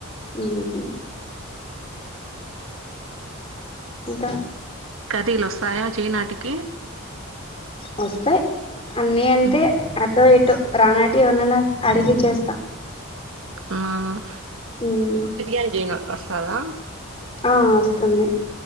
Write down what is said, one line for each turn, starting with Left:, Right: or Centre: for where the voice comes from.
Left: ఉమ్మ్ మ్మ్ ఇంకా
Right: టిలు వస్తాయా చేనాటికి
Left: వస్తాయి అన్నీ అంటే
Right: ఉమ్
Left: అటో ఇ టో రానాటివి ఎవనైనా అడిగి చేస్తా
Right: అమ
Left: ఉమ్,
Right: బిర్యానీ చెయాను వస్తాదా
Left: ఆ వస్తుంది